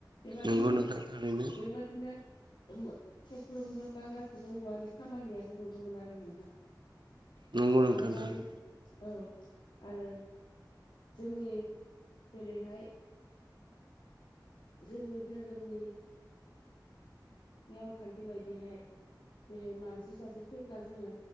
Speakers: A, on the left; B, on the right.
A: बेबादिनो
B: नंगौ नोंथां थारैनो
A: बेबायादि बिदिनो थफ्र्रोमबो बा गाैबो औवानि खामानिया गुबुन गुबुन आरो नोंथां
B: नंगौ नोंथां
A: बेबादि
B: थारैनो
A: औ आरो जोंनि जेरैहाय जोंनि धोरोमनि नियम खान्थि बायदिहाय जेरै मानसि सासे थैब्ला जोङो